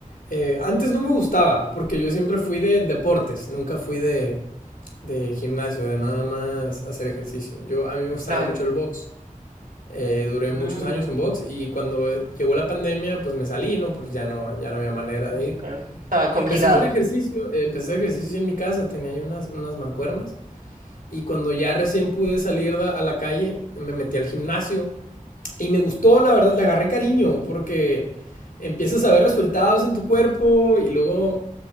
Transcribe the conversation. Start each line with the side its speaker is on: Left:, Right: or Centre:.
Left: Eh, antes no me gustaba, porque yo siempre fui de deportes, nunca fui de, de gimnasio, de nada más hacer ejercicio. Yo, a mí me gustaba
Right: claro.
Left: mucho el box. Eh, duré
Right: Mm,
Left: muchos años en box y cuando llegó la pandemia, pues me salí, ¿no? Pues ya no, ya no había manera
Right: Ok.
Left: de ir.
Right: estaba complicado.
Left: Y empecé a hacer ejercicio, eh, empecé a hacer ejercicio en mi casa, tenía ahí unas, unas mancuernas. Y cuando ya recién pude salir da- a la calle, me metí al gimnasio. Y me gustó, la verdad, le agarré cariño, porque empiezas a ver resultados en tu cuerpo y luego